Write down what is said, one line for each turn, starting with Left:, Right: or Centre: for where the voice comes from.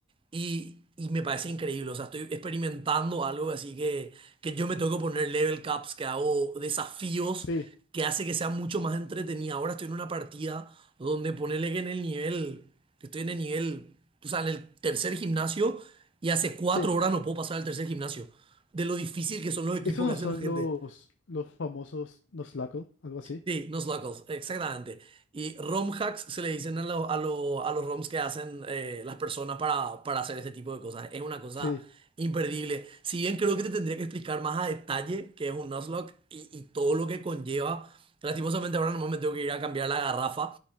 Right: Y, y me parece increíble, o sea, estoy experimentando algo así que, que yo me tengo que poner level caps, que hago desafíos
Left: sí,
Right: que hace que sea mucho más entretenida. Ahora estoy en una partida donde ponele que en el nivel, estoy en el nivel, o sea, en el tercer gimnasio y hace cuatro
Left: Sí,
Right: horas no puedo pasar al tercer gimnasio. De lo difícil que son los equipos
Left: esos no
Right: que hace
Left: son
Right: la gente.
Left: los, los famosos Nuzlocke, algo así.
Right: Sí, nuslocals, exactamente. Y ROM hacks se le dicen a, lo- a, lo- a los ROMs que hacen eh, las personas para, para hacer este tipo de cosas. Es una cosa
Left: Sí,
Right: imperdible. Si bien creo que te tendría que explicar más a detalle qué es un nuzlocke y, y todo lo que conlleva. Lastimosamente ahora nomás me tengo que ir a cambiar la garrafa